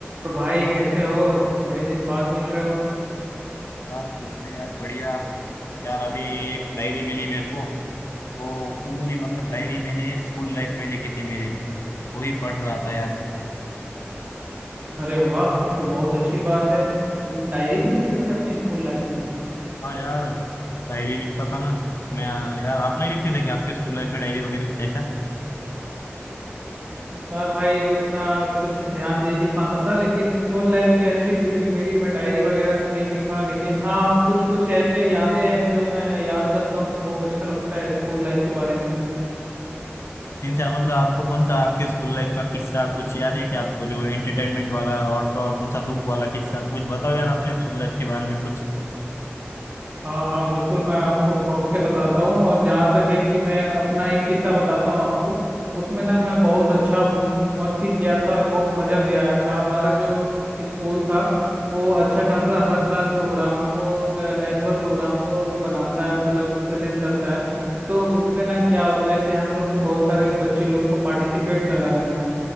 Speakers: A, on the right; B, on the left.
A: और भाई कैसे हो बड़े दिन बाद मिल रहे हो
B: हाँ कुछ नहीं यार बढ़िया यार अभी एक डायरी मिली मेरे को वो पूरी मतलब डायरी मैंने स्कूल लाइफ में लिखी थी मेरी वही पढ़ रहा था यार
A: अरे वाह ये तो बहुत अच्छी बात है तुम डायरी भी लिखते थे अपनी स्कूल लाइफ में
B: हाँ यार डायरी लिखता था ना मैं यार आप नहीं लिखते थे क्या आपके स्कूल लाइफ में डायरी वगैरह ऐसा
A: मैं भाई उतना कुछ ध्यान दे नहीं पाता था लेकिन स्कूल लाइफ भी अच्छी गुजरी मेरी मैं डायरी वगैरह तो नहीं लिखा लेकिन हाँ कुछ कुछ ऐसे यादें हैं जो मैं याद करता हूँ तो बहुत अच्छा लगता है स्कूल लाइफ के बारे में
B: इनसे मतलब आपको कौन सा आपके स्कूल लाइफ का किस्सा कुछ याद है क्या आपको जो एंटरटेनमेंट वाला और तो और कौन सा दुख वाला किस्सा कुछ बताओ यार अपने स्कूल लाइफ के बारे में कुछ
A: हाँ हाँ बिल्कुल मैं आपको शौक से बताता हूँ और जहाँ तक है कि मैं अपना एक किस्सा बताता हूँ आपको उसमें ना मैं बहुत अच्छा मस्ती किया था और बहुत मज़ा भी आया था हमारा जो स्कूल था वो अच्छा खासा हर साल प्रोग्राम को एनुअल प्रोग्राम को बनाता है मतलब प्रेजेंट करता है तो उसमें ना क्या होता है कि हम लोग को बहुत सारे बच्चे लोग को पार्टिसिपेट करना रहता है